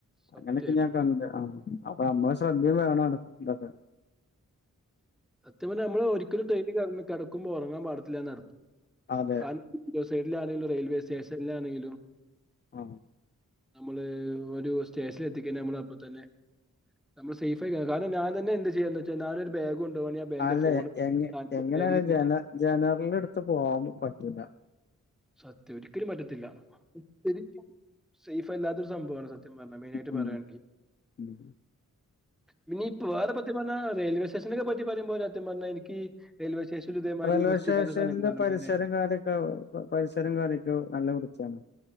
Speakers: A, in the centre; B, on the left.
A: സത്യമായിട്ടും
B: അങ്ങനെക്കെ ഞാൻ ന്തേ ആ അപ്പ നമ്മളെ ശ്രദ്ധേം വേണാണ് ഇതാക്കാ
A: സത്യം പറഞ്ഞാ നമ്മള് ഒരിക്കലും ട്രെയിനികേറ്നിക്കാ കെടക്കുമ്പോ ഒറങ്ങാൻ പാടത്തില്ലാന്നർ
B: അതെ
A: കാർ വിൻ്റോ സൈഡിലാണേലു റെയിൽവേ സ്റ്റേഷൻലാന്നേലും
B: ആ
A: നമ്മൾ ഒരു സ്റ്റേഷനിലെത്തിക്കഞ്ഞാ നമ്മൾ അപ്പത്തന്നെ നമ്മള് സേയ്ഫായിക്കണം കാരണം ഞാൻ തന്നെ എന്ത് ചെയ്യാന്ന് വച്ചാ നാനൊരു ബാഗ് കൊണ്ടുപോകണം ഞാൻ എൻ്റെ
B: അല്ല
A: ഫോൺ
B: എ എങ്ങ് എങ്ങനാണേലു
A: ബാഗിൽ ഇട്ടിട്ട്
B: ജന ജനർലെടുത്തു പോകാൻപറ്റൂല്ല
A: സത്യം ഒരിക്കലും പറ്റത്തില്ല ശെരിക്കും സേഫ് അല്ലാത്തൊരു സംഭാവാണ് അത് സത്യം പറഞ്ഞ മെയ്നായിട്ട്
B: ഉം
A: പറയാണ് ആൺങ്കി
B: ഉം
A: പിന്നീപാതപ്പത്തി ണാറെയിൽവേസ്റ്റേഷനെക്കെ പറ്റി പറയുമ്പോലത്യം സത്യം പറഞ്ഞാ എനിക്ക് റെയിൽവേ സ്റ്റേഷനിലും ഇതേമാതിരി
B: റെയിൽവേ
A: വൃത്തിയില്ലാത്ത
B: സ്റ്റേഷൻന്റെ
A: സ്ഥലങ്ങളാണ്
B: പരിസരം
A: മെയിനായിട്ട്.
B: കാര്യൊക്കെ പ പരിസരം കാര്യൊക്കെ ഒ നല്ല വുർത്തിയാണ്